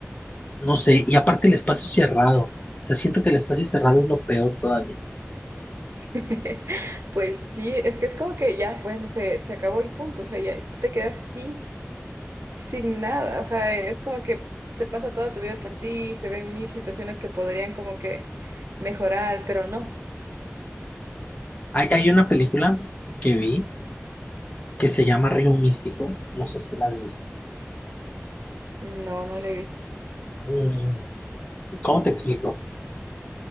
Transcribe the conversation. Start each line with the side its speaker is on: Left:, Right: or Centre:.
Left: no sé, y aparte el espacio cerrado. O sea, siento que el espacio cerrado es lo peor todavía.
Right: <laughs> Pues sí, es que es como que ya, bueno, se, se acabó y punto, o sea, ya tú te quedas sin, sin nada, o sea, es como que se pasa toda tu vida por ti y se ven mil situaciones que podrían como que mejorar, pero no,
Left: Hay, hay una película que vi que se llama Río Místico, no sé si la has visto.
Right: no, no lo he visto.
Left: Mm, ¿Cómo te explico?